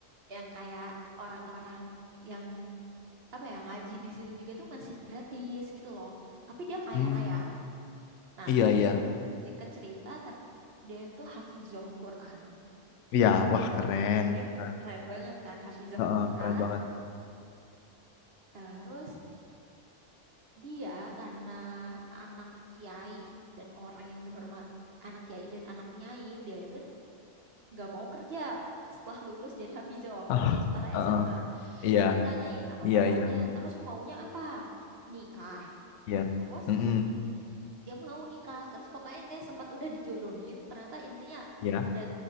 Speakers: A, on the right; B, on the left.
A: Yang kayak orang-orang yang apa ya ngaji di situ juga tuh masih gratis gitu loh. Tapi dia kaya
B: Hmm,
A: raya. Nah,
B: iya iya.
A: singkat cerita ter- dia tuh hafizoh Quran.
B: iya wah
A: Temenku
B: keren
A: ini
B: Nah,
A: keren banget kan hafizoh
B: heeh,
A: Quran.
B: keren banget.
A: Terus dia karena anak kiai dan orang yang dihormat anak kiai dan anak nyai, dia itu nggak mau kerja setelah lulus jadi Hafizoh
B: Ah,
A: waktu setara
B: heeh.
A: SMA
B: Iya
A: ditanyain sama
B: iya
A: bapaknya
B: iya
A: terus maunya apa nikah
B: iya.
A: terus
B: Mm-mm.
A: dia mau nikah terus pokoknya dia sempat udah dijodohin ternyata intinya
B: Ya,
A: ada